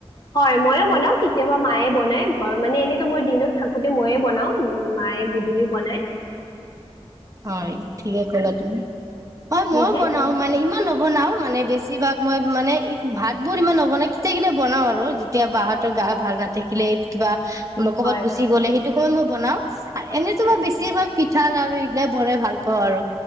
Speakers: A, on the left (about 40°); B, on the right (about 30°).
A: হয়। ময়ো বনাওঁ। কেতিয়াবামায়ে বনাই ঘৰত মানে এনেইতো মই দিনত থাকোতে মায়ে বনাওঁ মায়ে গধূলি বনায়।
B: হয় ঠিকে কলা তুমি। হয় মইওঁ
A: নিজে
B: বনাওঁ মানে ইমান নবনাওঁ মানে। বেছিভাগ মই মানে ভাত বোৰ ইমান নবনাওঁ। কেতিয়া কেতিয়া বনাওঁ আৰু যেতিয়া বাই হতৰ গা ভাল নাথাকিলে কিবা। ক'বাত
A: হয়
B: গুচি
A: হয়
B: গলে সেইটো সময় মই। বনাওঁ। আৰু এনে তোমাৰ
A: আচ্ছা
B: বেছি ভাগ। চাউল আৰু ই। দে বৰে ভাল পাওঁ আৰু,